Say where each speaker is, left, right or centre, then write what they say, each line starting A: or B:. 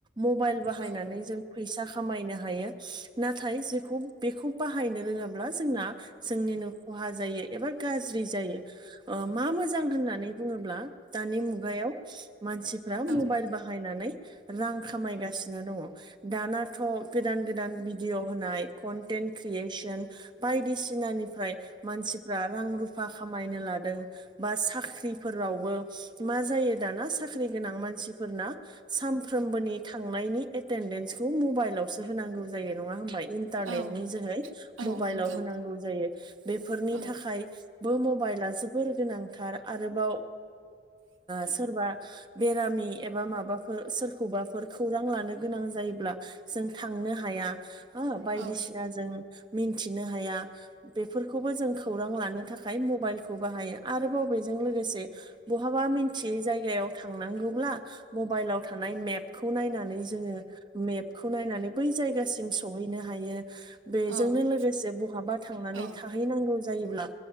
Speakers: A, on the right; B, on the right.
A: मबाइल बाहायनानै
B: औ
A: जों फैसा खामायनो हायो। नाथाय बे बेखौ बाहायनो रोङाब्ला जोंना जोंनिनो खहा जायो एबा गाज्रि जायो। मा मोजां होननानै बुङोब्ला दानि मुगायाव मानसिफ्रा
B: औ
A: मबाइल बाह हायनानै रां खामायगासिनो दङ दानाथ' गोदान गोदान भिडिअ' होनाय कनटेन्ट क्रियेसन बायदिसिनानिफ्राय मोनसे रां रुफा खामायनो लादों बा साख्रिफोरावबो मा जायो दाना साख्रि गोनां मानसिफोरना सानफ्रनि थांनायनि एटेनडेन्सखौ मबाइलावसो होनांगौ जायो नङा होमबा इन्टारनेटनि
B: औ
A: जोहै
B: औ
A: मबाइलाव
B: नंगौ
A: होनांगौ जायो बेफोरनि
B: औ
A: थाखाय बो मबाइला जोबोर गोनांथार आरोबाव सोरबा बेरामि एबा माबाफोर सोरखौबाफोर खौरां लानो गोनां जायोब्ला जों थां नो हाया। हो बायदिसिना
B: औ
A: जों मिन्थिनो हाया बेफोरखौबो जों खौरां लानो थाखाय मबाइलखौ बाहायो आरो बबेजों लोगोसे बहाबा मिथियै जायगायाव थांनांगौ खौब्ला मबाइलाव थानाय मेपखौ नायनानै जों मेपखौ नायनानै बै जायगासिम सहैनो हायो बेजोंनो
B: औ
A: लोगोसे बहाबा थांनानै
B: औ
A: थाहैनांगौ जायोब्ला